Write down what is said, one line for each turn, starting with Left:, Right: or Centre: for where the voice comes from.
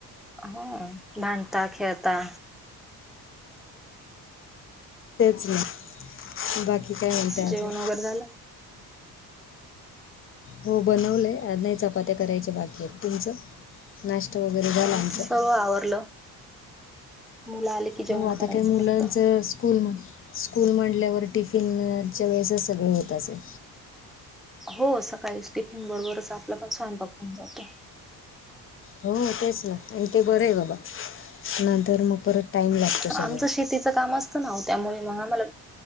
Centre: हो भांडता खेळता.
Left: तेच नाही बाकी काय म्हणते
Centre: जेवण
Left: आजन.
Centre: वगैरे झालं
Left: हो बनवलंय नाही चपात्या करायच्या बाकी आहेत, तुमचं नाश् ते वगैरे घलांचं.
Centre: हो आमचं सर्व आवरलं मुलं आले की जेवण
Left: हो आता
Centre: करायचं
Left: काय मुलांच
Centre: फक्त
Left: सू स्कूल म स्कूल मांडल्यावर टिफिनच्या वेळेसच सगळे होत असेल.
Centre: हो सकाळीच टिफिन बरोबरच आपल्या पण स्वयंपाक होऊन जातो.
Left: हो तेच ना आणि ते बरं आहे बाबा नंतर मग परत. टाईम लागतो सगळं
Centre: आमचं शेतीचं काम असतं. ना त्यामुळे मग आम्हाला